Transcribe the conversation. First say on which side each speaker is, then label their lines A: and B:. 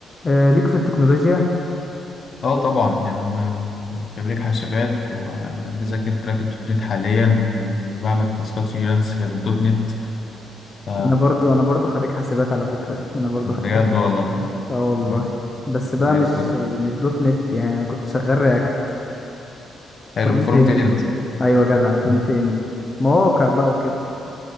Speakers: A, on the left (about 25°); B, on the left (about 45°).
A: آه، ليك في التكنولوجيا
B: اه طبعا يعني أنا خريج حاسبات وبذاكر تراك الدوت نت حاليا وبعمل تاسكات فريلانس في الدوت نت ف
A: انا برضو انا برضو خريج حاسبات على فكرة انا برضو
B: بجد
A: خريج حاسبات
B: والله
A: اه والله
B: مم.
A: بس بقى
B: زي
A: مش
B: الفل
A: مش دوت نت يعني انا كنت شغال رياكت
B: حلو
A: فرونت
B: فرونت
A: اند
B: اند
A: وكده ايوه جدع فرونت
B: مم.
A: اند مواقع بقى وكده